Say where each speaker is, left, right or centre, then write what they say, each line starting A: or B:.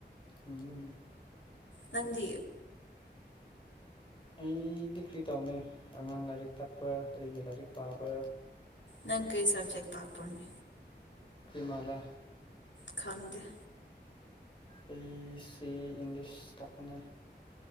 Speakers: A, on the left; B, on the left.
A: ꯎꯝ꯫
B: ꯅꯪꯗꯤ
A: ꯑꯩꯗꯤ ꯀꯔꯤ ꯇꯧꯅꯤ ꯑꯉꯥꯡ ꯂꯥꯏꯔꯤꯛ ꯇꯥꯛꯄ ꯑꯩꯒꯤ ꯂꯥꯏꯔꯤꯛ ꯄꯥꯕ
B: ꯅꯪ ꯀꯩ ꯁꯕ꯭ꯖꯦꯛ ꯇꯥꯛꯄ꯭ꯔꯣꯅꯦ
A: ꯀꯔꯤ ꯃꯥꯜꯂꯦ
B: ꯈꯪꯗꯦ
A: ꯑꯩ ꯁꯤ ꯏꯪꯂꯤꯁ ꯇꯥꯛꯄꯅꯦ